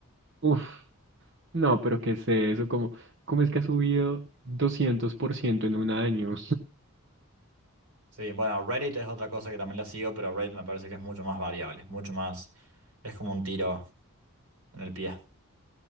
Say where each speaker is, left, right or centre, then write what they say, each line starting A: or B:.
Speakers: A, on the right (about 50°); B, on the right (about 85°).
A: uf, no, pero qué sé eso, como, ¿cómo es que ha subido 200% en un año?
B: Sí, bueno, Reddit es otra cosa que también la sigo, pero Reddit me parece que es mucho más variable, mucho más, es como un tiro en el pie.